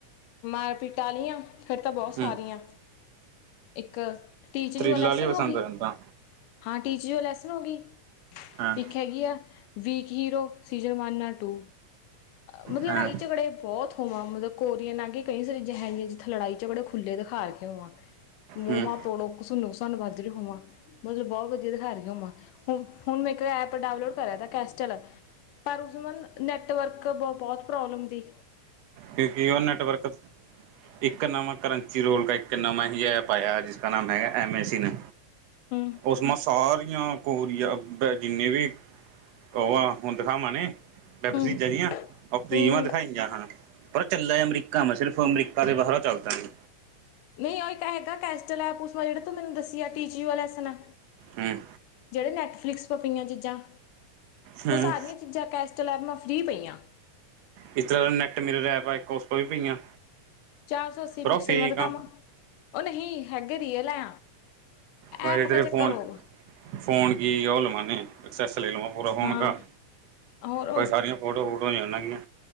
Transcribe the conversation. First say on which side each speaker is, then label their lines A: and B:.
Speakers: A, on the left; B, on the right.
A: ਮਾਰਪੀਟ ਆਲੀਆਂ, ਫੇਰ ਤਾਂ ਬਹੁਤ ਸਾਰੀਆਂ,
B: ਹੂੰ
A: ਇੱਕ ਟੀਚ
B: ਥ੍ਰਿਲ
A: ਜੋ ਲੈਸਨ
B: ਵਾਲੀ ਪਸੰਦ
A: ਹੋ ਗਈ?
B: ਰਹਿੰਦਾ।
A: <unintelligible> ਹਾਂ ਟੀਚਰ ਜੋ ਲੈਸਨ ਹੋ ਗਈ।
B: ਹਾਂ
A: ਇੱਕ ਹੈਗੀ ਆ। ਵੀਕ ਹੀਰੋ ਸੀਜ਼ਨ ਵਨ ਨਾ ਟੂ? ਮਤਲਬ
B: ਹਾਂ
A: ਲੜਾਈ- ਝਗੜੇ ਬਹੁਤ ਹੋਵਾਂ ਮਤਲਬ, ਕੋਰੀਅਨ ਆ ਕੇ ਕਈ ਸਾਰੀ ਜ ਹੈਨੀ, ਜਿੱਥੇ ਲੜਾਈ- ਝਗੜੇ ਖੁੱਲੇ ਦਿਖਾ ਕੇ ਹੋਵਾਂ, ਮੂੰਹ
B: ਹੂੰ
A: ਵਾਂ ਤੋੜੋ ਘਸੁੱਨ-ਘਸੱਨ ਵੱਜ ਰਹੇ ਹੋਵਾਂ। ਮਤਲਬ ਬਹੁਤ ਵਧੀਆ ਦਿਖਾ ਰਹੀ ਹੁਣ ਮੈਂ, ਹੁਣ ਮੈਂ ਇੱਕ ਐਪ ਡਾਊਨਲੋਡ ਕਰਿਆ ਤ ਕੈਸਟਲ, ਪਰ ਉਸ ਮਨ ਨੈੱਟਵਰਕ ਕ ਬਹੁਤ ਪ੍ਰੋਬਲਮ ਥੀ।
B: ਕਿਉਂਕਿ ਉਹ ਨੈਟਵਰਕ ਇੱਕ ਨਵਾਂ ਕਰੰਚ ਰੋਲ ਕ ਇੱਕ ਨਵਾਂ ਹੀ ਐਪ ਆਇਆ, ਜਿਸਕਾ ਨਾਮ ਹੈਗਾ ਐਮ ਏ ਸੀਨ।
A: ਹੂੰ
B: ਉਸ ਮ ਸਾਰੀ ਕੋਰੀਆ ਬ ਜਿੰਨੇ ਵੀ ਕਵਾ ਹੁੰ ਦਿਖਾ ਮੰਣੈ ਵੈਬਸੀਜਰੀਆਂ
A: ਹੂੰ
B: ਉਹ ਫ੍ਰੀ
A: ਹੂੰ
B: ਮ ਦਿਖਾਈਆਂ ਹਾਂ। ਪਰ ਚੱਲੈ ਅਮਰੀਕਾ ਮੈਂ ਸਿਰਫ਼, ਅਮਰੀਕਾ ਕੇ ਬਾਹਰ ਚੱਲਦਾ ਨਹੀਂ।
A: ਨਹੀਂ ਉਹ ਇੱਕ ਹੈਗਾ ਕੈਸਟਲ ਐਪ <unintelligible> ਜਿਹੜੇ ਤੂੰ ਮੈਨੂੰ ਦਸੀ ਆ ਟੀ ਜੀਓ ਲੈਸਨ,
B: ਹੂੰ
A: ਜਿਹੜੇ ਨੈਟਫਲਿਕਸ ਪਰ ਪਈਆਂ ਚੀਜ਼ਾਂ।
B: ਹੂੰ
A: ਉਹ ਸਾਰੀਆਂ ਚੀਜ਼ਾਂ ਕਹਿ ਚਲ ਅਬ ਮੈਂ ਫ੍ਰਰੀ ਪਈ ਹਾਂ।
B: ਇਸ ਤਰ੍ਹਾਂ ਦਾ ਨੈੱਟ ਮੇਰੇ ਰੈਪ ਆ, ਇੱਕ ਉਸ ਤੋਂ ਵੀ ਪਈਆਂ।
A: ਚਾਰ- ਸੌ ਅੱਸੀ
B: ਪਰ ਉਹ
A: ਪਿਕਸਲ
B: ਫੇਕ
A: ਮਲ ਕੰਮ
B: ਆ।
A: ਉਹ ਨਹੀਂ, ਹੈਗੇ ਰੀਅਲ ਆ।
B: ਪਰ
A: ਐਪ
B: ਇਧਰੇ
A: ਕਾ ਚੱਕਰ
B: ਫੋਨ,
A: ਹੋਗਾ
B: ਫੋਨ ਕੀ ਆ ਉਹ ਲਵਾਣੇ। ਸਕਸੈਸ ਲੈ ਲਵਾਂ ਪੂਰਾ ਫੋਣ
A: ਹਾਂ
B: ਕਾ,
A: ਹੋਰ
B: ਭਾਈ ਸਾਰੀਆਂ ਫੋਟੋ ਫੋਟੋਨਾਂਗੀਆਂ।